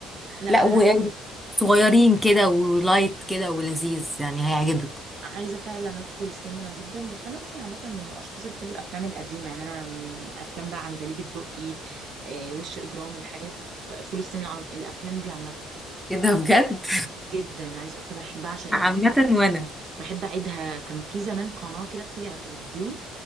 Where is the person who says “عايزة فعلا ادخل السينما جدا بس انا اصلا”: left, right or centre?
Right